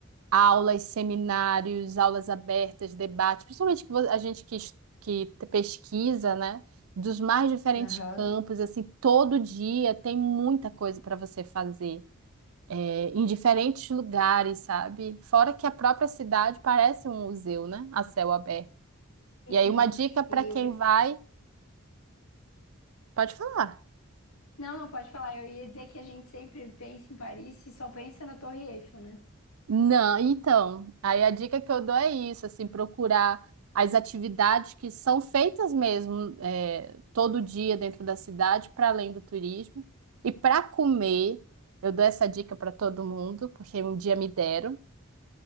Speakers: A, on the right; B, on the left.
A: aulas, seminários, aulas abertas, debates, principalmente que vo- a gente que, es- que te- pesquisa, né? Dos mais diferentes
B: Aham.
A: campos, assim, todo dia tem muita coisa para você fazer é, em diferentes lugares, sabe? Fora que a própria cidade parece um museu, né? A céu aberto.
B: Sim.
A: E aí, uma dica para
B: E
A: quem
B: eu, pe-
A: vai, pode falar.
B: Não, não pode falar. Eu ia dizer que a gente sempre pensa em Paris e só pensa na Torre Eiffel, né?
A: Não, então, aí a dica que eu dou é isso, assim, procurar as atividades que são feitas mesmo é, todo dia dentro da cidade, para além do turismo. E para comer, eu dou essa dica para todo mundo, porque um dia me deram.